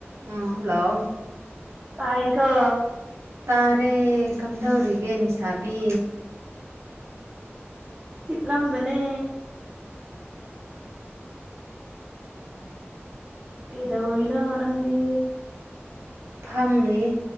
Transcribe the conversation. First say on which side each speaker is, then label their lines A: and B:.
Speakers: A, on the right (about 80°); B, on the right (about 20°).
A: ꯎꯝ hello
B: ꯇꯥꯏꯌꯦꯀꯣ
A: ꯇꯥꯔꯦ ꯀꯝꯗꯧꯔꯤꯒꯦ ꯂꯩꯁꯥꯕꯤ
B: ꯍꯤꯞꯂꯝꯕꯅꯦ
A: ꯎꯝ
B: ꯀꯩꯗꯧꯔꯤꯅꯣ ꯅꯪꯗꯤ
A: ꯐꯝꯂꯤꯌꯦ